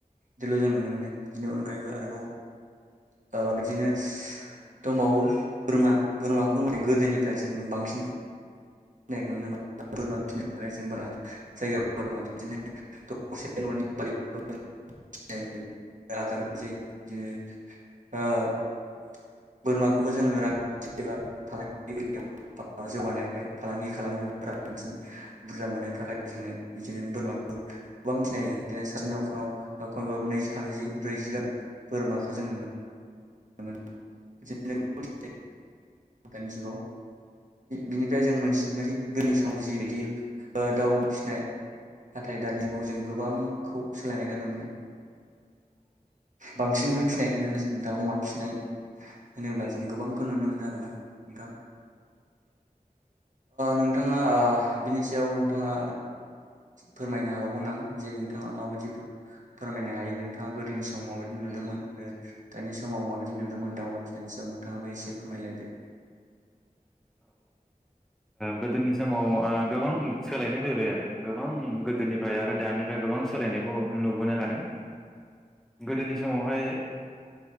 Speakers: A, on the right; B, in the centre.
A: बिदिल' जों नुनो मोनो बिनि अनगायैबो आरोबाव बिदिनो दंबावो बोरमा बोरमाखौ गोदोनिफ्राय जों बांसिन <unintelligible> बोरमाखौबो जोङो रांखान्थि एबा फालांगि जौगानायखाय फालांगि खालामनो एबा रांखान्थि बुरजा मोननो थाखाय जोङो बिदिनो बोरमाखौबो गोबां फिनाय जायो बिदिनो सासे न'खराव खमैबो नैजि थामजि ब्रैजिगाहाम बोरमाखौ जों नुनो मोनो <unintelligible> दानि जुगाव बिनिफ्राय जों मोनथिनो मोनि गोदनि समाव जिबायदि दाउ अम फिसिनाय नाथाय दानि जुगाव जों गोबांखौ सोलायनायखौ नुनो मोनो। बांसिनखनो फिसिनायखौ जों दाव अमा फिसिनाय होनोब्ला जों गोबांखौ नुनो मोनो आरोना नोंथां नोंथाङा बिनि सायाव नोंथाङा फोरमायनो हाबावगोन नामा जे नोंथाङा माबायदि फोरमायनो हायो नोंथाङा गोदोनि सम माबायि नुदोंमोन आरो दानि समाव माबायदि नुदोंमोन दाव अमा फिनायनि सायाव नोंथाङाबो एसे फोरमायलायदो।
B: गोदोनि समाव गोबां सोलायनाय फैबाय आरो गोबां गोदोनिफ्राय आरो दानिफ्राय गोबां सोलायनायखौ नुबोनो हादों गोदोनि समावहाय